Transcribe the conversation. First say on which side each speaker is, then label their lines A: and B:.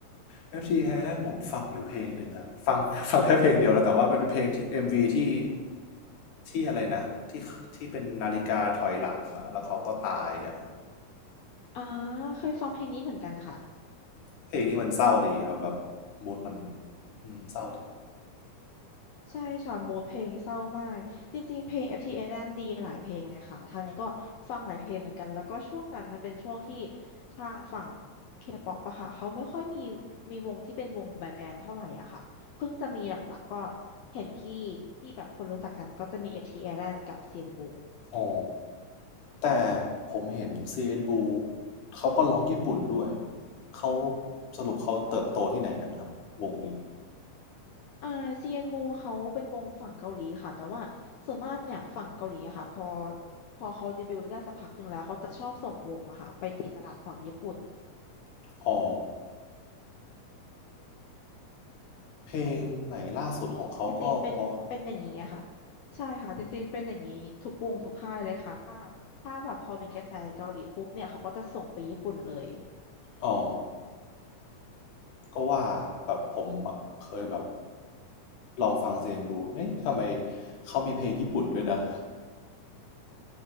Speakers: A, on the left; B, on the left.
A: FG Thailand ผมฟังอยู่เพลงหนึ่งอะฟัง <laughs> ฟังแค่เพลงเดียวนะแต่ว่ามันเป็นเพลงที่ MV ที่ที่อะไรนะที่ที่เป็นนาฬิกาถอยหลังอะแล้วเขาก็ตายอะ
B: อ่าเคยฟังเพลงนี้เหมือนกันค่ะ
A: เพลงนี้มันเศร้าดีครับแบบมูดมันอืมเศร้าดี
B: ใช่ค่ะมูดเพลงเศร้ามากจริงๆเพลง FT Island ดีหลายเพลงเลยค่ะทางนี้ก็ฟังหลายเพลงเหมือนกันแล้วก็ช่วงนั้นมันเป็นช่วงที่ทางฝั่ง K-pop อะค่ะเขาไม่ค่อยมีมีวงที่เป็นวงแบนด์เท่าไหร่อะค่ะเพิ่งจะมีหลักๆก็เห็นที่ที่แบบคนรู้จักกันก็จะมี FT Island กับ CN b l u
A: อ๋อแต่ผมเห็น CN Blue เขาก็ร้องญี่ปุ่นด้วยเขาสรุปเขาเติบโตที่ไหนกันครับวงนี้
B: อ่าเซียนบูเขาเป็นวงฝั่งเกาหลีค่ะแต่ว่าส่วนมากเนี่ยฝั่งเกาหลีอะค่ะพอพอเขาเดบิวต์ได้สักพักหนึ่งแล้วเขาจะชอบส่งวงอะค่ะไปตีตลาดฝั่งญี่ปุ่น
A: อ๋อเพลงใหม่ล่าสุดของเขาก็พอนะ
B: จริงๆเป็นเป็นอย่างนี้อะค่ะใช่ค่ะจริงๆเป็นอย่างนี้ทุกวงทุกค่ายเลยค่ะถ้าถ้าแบบพอมีกระแสเกาหลีปุ๊บเนี่ยเขาก็จะส่งไปญี่ปุ่นเลย
A: อ๋อ ก็ว่าแบบผมอะเคยแบบลองฟังเซนบูเอ๊ะทำไมเขามีเพลงญี่ปุ่นด้วยนะ